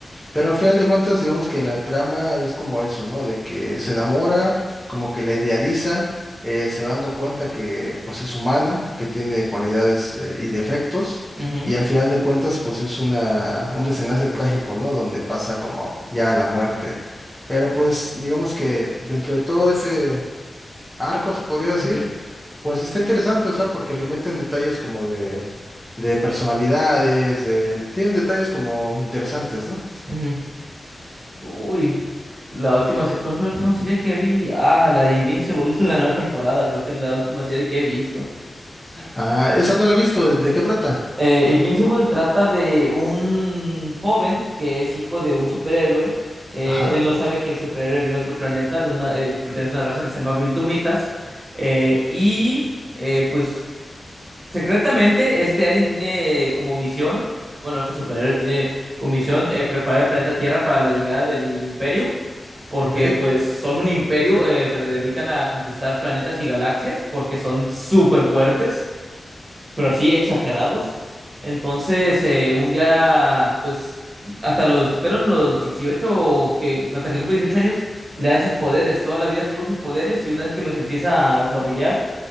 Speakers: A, in the centre; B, on the right.
A: Pero al final de cuentas, digamos que la trama es como eso, ¿no? De que se enamora, como que la idealiza, eh, se va dando cuenta que pues es humana, que tiene cualidades eh, y defectos,
B: ujú,
A: y al final de cuentas pues es una, un desenlace trágico, ¿no? Donde pasa como ya a la muerte. Pero pues digamos que dentro de todo ese arco, se podría decir,
B: ujú,
A: pues está interesante, o sea, porque le meten detalles como de, de personalidades, de- tienen detalles como interesantes, ¿no?
B: ujú. Uy, la última, se- ¿cuál fue la última serie que vi? Ah, la de Invincible, <laughs> la nueva temporada, creo que es la última serie que he visto.
A: Ah, esa no la he visto. ¿De qué trata?
B: Eh, Invincible trata de un joven que es hijo de un superhéroe. Eh,
A: Ajá,
B: él no sabe que el superhéroe viene de otro planeta, de una, eh, pertenece a una raza que se llama Viltrumitas. Eh, y eh, pues secretamente este alien tiene como misión, bueno, este superhéroe tiene como misión eh, preparar el planeta Tierra para la llegada del Imperio. porque
A: ok.
B: pues son un imperio, eh, se dedican a conquistar planetas y galaxias porque son súper fuertes, pero así exagerados. Entonces, eh, un día, pues, hasta los, apenas los 18 que, hasta que cumple 18 años, le dan sus poderes. Toda la vida estuvo sin poderes y una vez que los empieza a desarrollar,